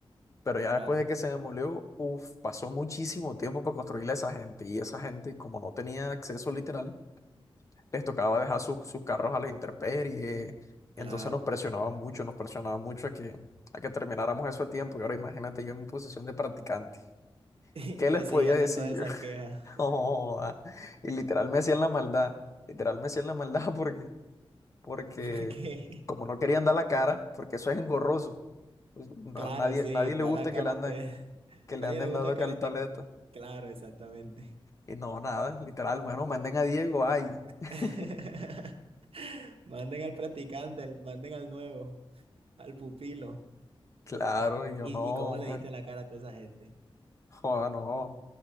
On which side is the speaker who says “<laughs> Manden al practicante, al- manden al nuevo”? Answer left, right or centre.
Right